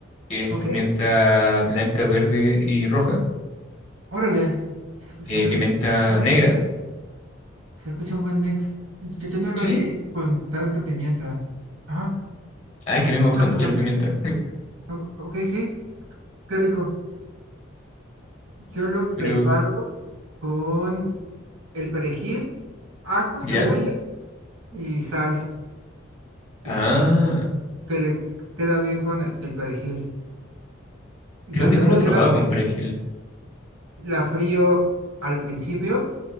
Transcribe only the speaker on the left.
que es
pimienta blanca, verde y roja.
Eh,
pimienta
negra,
sí.
Ah, es que a mí me gusta
mucho la pimienta. <laughs>
Pero,
¿ya?
Ah,
creo
que no lo he probado con perejil.